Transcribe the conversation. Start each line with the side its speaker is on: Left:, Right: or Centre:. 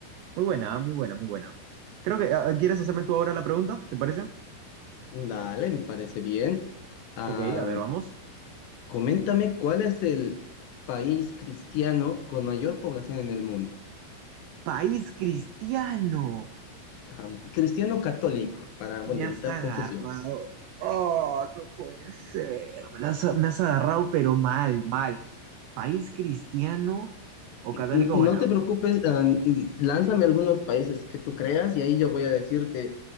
Right: Muy buena, ah, muy buena, muy buena. Creo que, ah, ah, ¿quieres hacerme tú ahora la pregunta? ¿Te parece?
Left: Dale, me parece bien. Ah,
Right: Ok, a ver, vamos.
Left: coméntame cuál es el país cristiano con mayor población en el mundo.
Right: País cristiano.
Left: Ah, cristiano católico, para,
Right: Me
Left: bueno,
Right: has
Left: evitar
Right: agarrado.
Left: confusiones.
Right: Oh, no puede ser. Me las- me has agarrado, pero mal, mal. ¿País cristiano o
Left: N-
Right: católico?
Left: No
Right: Bueno,
Left: te preocupes, ah, n- lánzame algunos países que tú creas y ahí yo voy a decirte